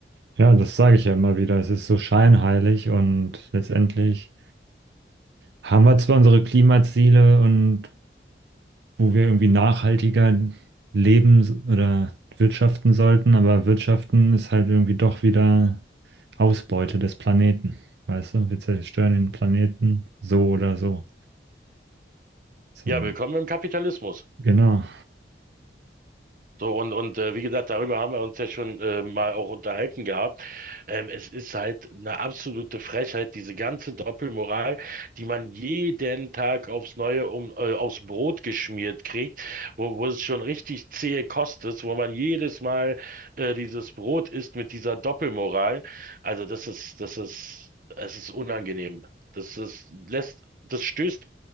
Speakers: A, on the right; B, on the right.
A: Ja, das sage ich ja immer wieder. Es ist so scheinheilig und letztendlich haben wir zwar unsere Klimaziele und wo wir irgendwie nachhaltiger leben s- oder wirtschaften sollten, aber wirtschaften ist halt irgendwie doch wieder Ausbeute des Planeten. Weißt du, wir zerstören den Planeten so oder so. So,
B: Ja, willkommen im Kapitalismus.
A: genau.
B: So, und, und äh, wie gesagt, darüber haben wir uns ja schon äh, mal auch unterhalten gehabt. Ähm, es ist halt eine absolute Frechheit, diese ganze Doppelmoral, die man jeden Tag aufs Neue um, äh, aufs Brot geschmiert kriegt, wo, wo es schon richtig zähe Kost ist, wo man jedes Mal äh, dieses Brot isst mit dieser Doppelmoral. Also das ist, das ist, es ist unangenehm. Das ist, lässt, das stößt